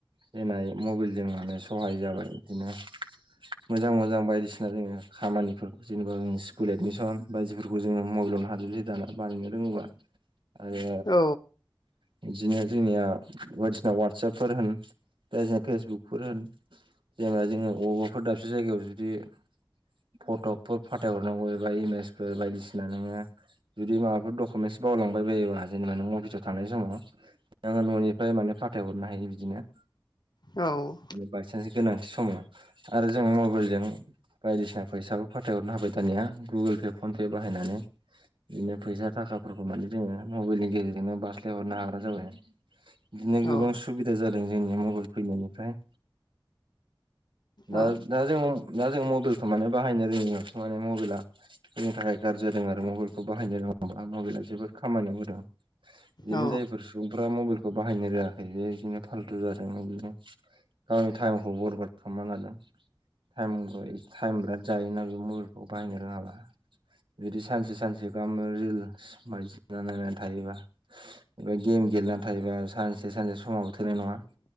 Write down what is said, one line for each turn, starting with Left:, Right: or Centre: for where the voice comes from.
Right: फैनाय मबाइलजों माने सहाय जाबाय बिदिनो मोजां मोजां बायदिसिना जोङो खामानिफोर जेनेबा स्कुल एदमिसन बायदि फोरखौ जोङो मबाइलावनो हाजोबसै दाना बानायनो रोङोबा आरो
Left: औ
Right: बिदिनो जोंनिया बायदिसिना वाटसापफोर होन दा जे फेसबुक फोर होन जेनेबा जोङो अबावबाफोर दाबसे जायगायाव जुदि फट'फोर फाथायहरनांगौ एबा इमेजफोर बायदिसिना नोङो जुदि माबाफोर डकुमेन्टस बावलांबाय बायोबा जेनेबा नों अफिसाव थानाय समाव नोङो न'निफ्राय माने फाथायहरनो हायो बिदिनो
Left: औ
Right: बायसान्स गोनांथि समाव आरो जों मबाइलजों बायदिसिना फैसाबो फाथायहरनो हाबाय दानिया गुगोल पे फनपे बाहायनानै बिदिनो फैसा थाखाफोरखौ माने जोङो मबाइलनि गेजेरजोंनो बारस्लायहरनो हाग्रा जाबाय बिदिनो
Left: औ
Right: गोबां सुबिदा जादों जोंनिया मबाइल फैनायनिफ्राय दा
Left: औ
Right: दा जों दा जों मबाइलखौ माने बाहायनो रोङियावसो माने मबाइला जोंनि थाखाय गाज्रि जादों आरो मबाइलखौ बाहायनो रोङोब्ला मबाइला जोबोद खामानियाव होदों बिदिनो
Left: औ
Right: जायफोर सुबुंफ्रा मबाइलखौ बाहायनो रोङाखै बे बिदिनो फाल्थु जादों बिदिनो गावनि टाइमखौ बर्बाद खालामना लादों टाइम ग <unintelligible> टाइम बिराद जाहैनांगौ बे मबाइलखौ बाहायनो रोङाबा बिदि सानसे सानसे गाहाम रिल्स बायदिसिना नायनानै थायोबा एबा गेम गेलेनानै थायोबा सानसे सानसे समाबो थोनाय नङा